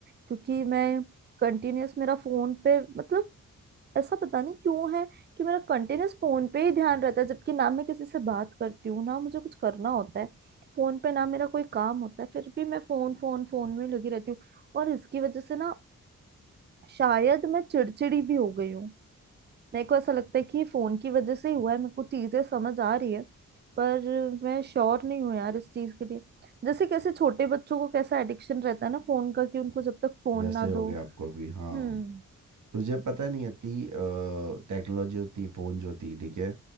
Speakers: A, on the right; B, on the right.
A: क्योंकि मैं कंटिन्यूअस मेरा फोन पे मतलब ऐसा पता नहीं क्यों है कि मेरा कंटिन्यूअस फोन पे ही ध्यान रहता है जबकि ना मैं किसी से बात करती हूँ ना मुझे कुछ करना होता है फोन पे ना मेरा कोई काम होता है फिर भी मैं फोन फोन फोन में लगी रहती हूँ और इसकी वजह से ना शायद मैं चिड़चिड़ी भी हो गई हूँ मेरे को ऐसा लगता है कि फोन की वजह से ही हुआ है मेरे को चीजें समझ आ रही है पर मैं श्योर नहीं हूँ यार इस चीज के लिए जैसे कैसे छोटे बच्चों को कैसा एडिक्शन रहता है ना फोन का कि उनको जब तक फोन
B: वैसे
A: ना दो
B: हो गया आपको भी हाँ
A: हम्म
B: तुझे पता नहीं है ती टेक्नोलॉजी होती फ़ोन जो थी ठीक है